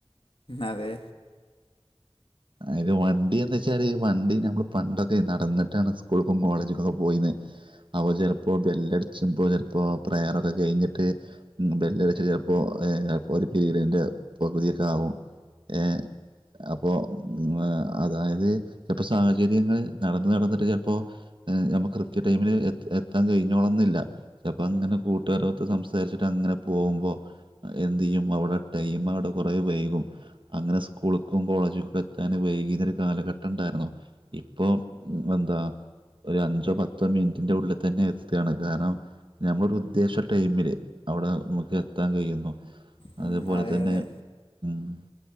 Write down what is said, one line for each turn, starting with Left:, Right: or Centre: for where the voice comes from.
Left: അതെ
Right: അതത് വണ്ടി എന്ന് വെച്ചാല് വണ്ടി നമ്മള് പണ്ടൊക്കെ നടന്നിട്ടാണ് സ്കൂളക്കും കോളേജക്കുംൊക്കെ പോയിന്ന് അവ ചിലപ്പോ ബെല്ലടിച്ചുമ്പോ ചിലപ്പോ പ്രയറൊക്കെ കഴിഞ്ഞിട്ട് ബെല്ലടിച്ചച്ച് ചിലപ്പോപ്പോ ഒരു പിരീഡിന്റെ പകുതിയൊക്കെ ആകും ഏയ് അപ്പോൾ അതായത് ചിലപ്പോ സാഹചര്യങ്ങള് നടന്ന് നടന്നിട്ട് ചിലപ്പോ നഞമ്മുക്ക് കൃത്യ ടൈമിൽ എ എത്താൻ കഴിഞ്ഞോളെന്നില്ല അപ്പോ അങ്ങനെ കൂട്ടുകാരൊത്ത് സംസാരിച്ചിട്ട് അങ്ങനെ പോകുമ്പോ എന്തു ചെയ്യും അവിടെ ടൈം അവിടെ കുറെ വൈകും അങ്ങനെ സ്കൂളക്കും കോളേജക്കും എത്താൻ വൈകീുന്നൊ ഒരു കാലഘട്ടം ഉണ്ടായിരുന്നു ഇപ്പൊ എന്താ ഒരു അഞ്ചോ പത്തോ മിനിറ്റിന്റെ ഉള്ളിൽ തന്നെ എത്തുകയാണ് കാരണം നഞമ്മളൊരു ഉദ്ദേശ ടൈമില് അവിടെ നമുക്ക് എത്താൻ കഴിയുന്നു
Left: ഉം,
Right: അതുപോലെ
Left: അതെ
Right: തന്നെ
Left: അതെ
Right: മ്മ്